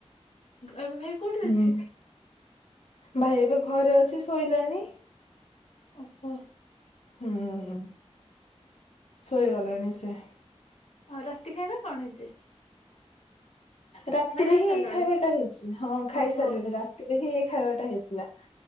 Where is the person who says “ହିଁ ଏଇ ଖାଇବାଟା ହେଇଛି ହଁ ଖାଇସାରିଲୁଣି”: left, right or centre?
Left